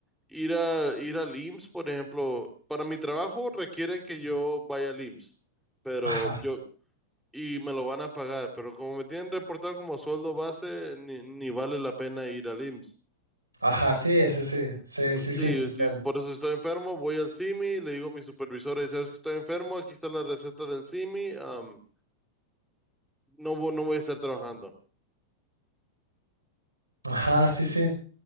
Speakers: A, in the centre; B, on the right.
A: ir a ir al IMSS, por ejemplo, para mi trabajo requiere que yo vaya al IMSS, pero
B: ajá
A: yo y me lo van a pagar, pero como me tienen reportado como sueldo base, ni, ni vale la pena ir al IMSS.
B: Ajá, sí, sí, sí, sí, sí,
A: Sí,
B: sí, te entiendo.
A: sí, por eso estoy enfermo, voy al simi, le digo a mi supervisora, y sabes que estoy enfermo, aquí está la receta del simi. am, no, vo- no voy a estar trabajando.
B: Ajá, sí, sí.